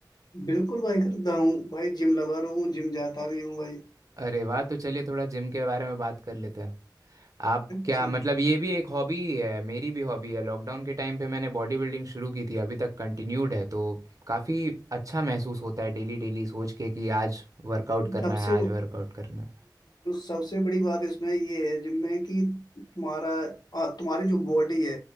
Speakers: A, on the left; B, on the right.
A: बिल्कुल भाई करता हूँ भाई जिम लवर हूँ जिम जाता भी हूँ भाई
B: अरे वाह तो चलिए थोड़ा जिम के बारे में बात कर लेते हैं आप क्या
A: जी
B: मतलब ये भी एक हॉबी ही है मेरी भी हॉबी है लॉकडाउन के टाइम पे मैंने बॉडी बिल्डिंग शुरू की थी अभी तक कंटिन्यूड है तो काफ़ी अच्छा महसूस होता है डेली डेली सोच के कि आज वर्कआउट करना
A: सबसे
B: है आज
A: ब-
B: वर्कआउट करना
A: सबसे बड़ी बात इसमें ये है जिम में कि तुम्हारा आ, तुम्हारी जो बॉडी है